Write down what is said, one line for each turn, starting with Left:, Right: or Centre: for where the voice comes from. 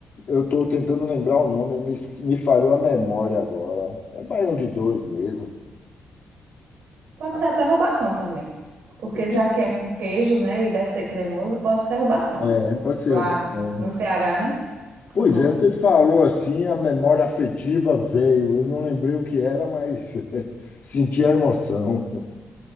Left: Eu estou tentando lembrar o nome, me, es- me falhou a memória agora. É baião de dois mesmo.
Right: Pode
Left: Ah,
Right: ser até rubacão também, porque
Left: Então,
Right: já que é com queijo, né, e deve ser cremoso, pode ser rubacão.
Left: é, pode ser
Right: Lá
Left: Rubacão.
Right: no Ceará, né?
Left: Pois
Right: O nome.
Left: é, você falou assim, a memória afetiva veio. Eu não lembrei o que era, mas <laughs> senti a emoção.